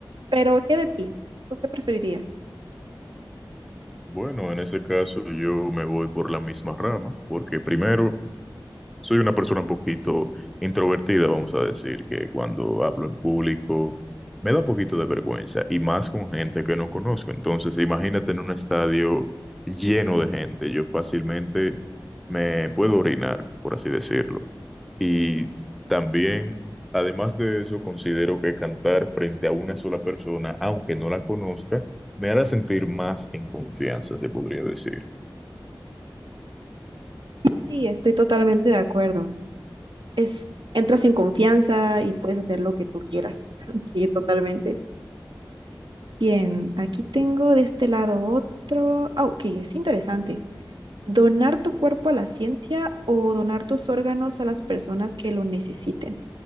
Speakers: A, on the right; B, in the centre.
A: Pero, ¿qué de ti? ¿Tú qué preferirías?
B: Bueno, en ese caso yo me voy por la misma rama, porque primero soy una persona un poquito introvertida, vamos a decir, que cuando hablo en público me da un poquito de vergüenza y más con gente que no conozco. Entonces, imagínate en un estadio lleno de gente, yo fácilmente me puedo orinar, por así decirlo. Y también, además de eso, considero que cantar frente a una sola persona, aunque no la conozca, me hará sentir más en confianza, se podría decir.
A: Sí, estoy totalmente de acuerdo. Es, entras en confianza y puedes hacer lo que tú quieras. <laughs> Sí, totalmente. Bien, aquí tengo de este lado otro. Ah, ok, es interesante. ¿Donar tu cuerpo a la ciencia o donar tus órganos a las personas que lo necesiten?